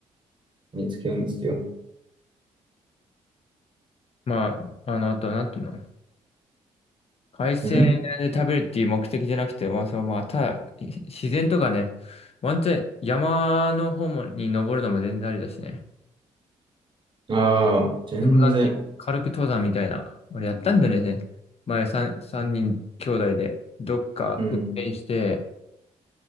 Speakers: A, on the right; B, on the left.
A: 見つけよう、見つけよう。
B: まあ、あの、あとはなんていうの海鮮で食べるっていう目的じゃなくて、
A: うん
B: まあ、そのまあ、ただ、ひ自然とかね、ワンチャン山の方もに登るのも全然ありだしね。
A: ああ、全然。
B: 登山って、軽く登山みたいな。俺やったんだよね。前さん三人兄弟で、どっか運転して、
A: うん、